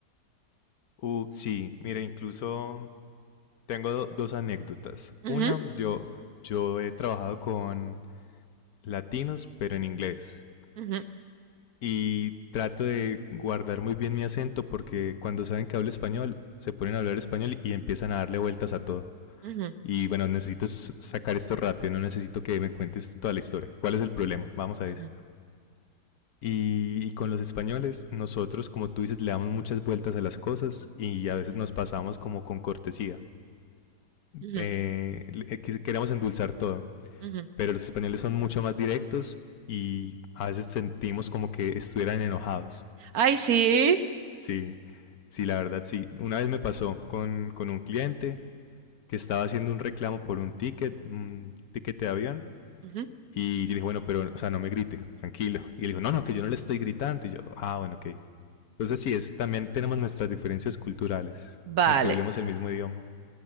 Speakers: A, on the left; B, on the right.
A: Uh, sí, mira, incluso tengo do- dos anécdotas.
B: Ujú,
A: Una, yo, yo he trabajado con latinos, pero en inglés.
B: ujú,
A: y trato de guardar muy bien mi acento porque cuando saben que hablo español, se ponen a hablar español y empiezan a darle vueltas a todo.
B: ujú,
A: Y bueno, necesito sacar esto rápido, no necesito que me cuentes toda la historia. ¿Cuál es el problema?
B: ujú,
A: Vamos a
B: ujú,
A: eso. Y, y con los españoles, nosotros, como tú dices, le damos muchas vueltas a las cosas y a veces nos pasamos como con cortesía.
B: ujú.
A: Eh, eh, queremos endulzar todo,
B: Ujú.
A: pero los españoles son mucho más directos y a veces sentimos como que estuvieran enojados.
B: Ay, sí.
A: Sí, sí, la verdad, sí. Una vez me pasó con, con un cliente que estaba haciendo un reclamo por un ticket, un ticket de avión.
B: Ujú.
A: Y yo le dije, bueno, pero, o sea, no me grite, tranquilo. Y él dijo, no, no, que yo no le estoy gritando. Y yo, ah, bueno, ok. Entonces sí, es, también tenemos nuestras diferencias culturales,
B: Vale,
A: aunque hablemos el mismo idioma.